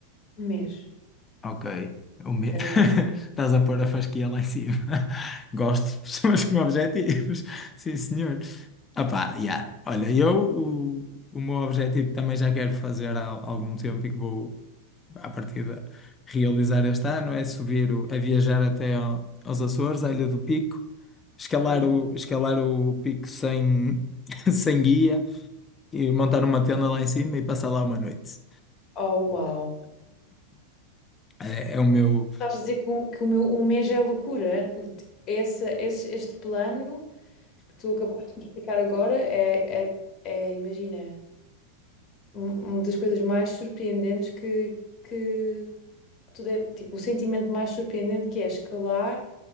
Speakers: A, on the left; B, on the left.
A: Um mês.
B: Ok. O me...
A: Parece.
B: <laughs> Estás a pôr a fasquia lá em cima. <laughs> Gosto de pessoas com objetivos. Sim, senhor. Opá, yeah. Olha, eu o, o meu objetivo também já quero fazer há algum tempo e que vou, à partida, realizar este ano é subir, o- a viajar até ao- aos Açores, à Ilha do Pico, escalar
A: Ai,
B: o, escalar o pico sem, <laughs> sem guia e montar uma tenda lá em cima e passar lá uma noite.
A: oh, uau.
B: É, é o meu,
A: Estás a dizer que o, que o meu um mês é loucura. O te- essa- esse- este plano que tu acabaste de me explicar agora é, é- é, imagina, um- uma das coisas mais surpreendentes que, que, que tu deve, tipo, o sentimento mais surpreendente que é escalar,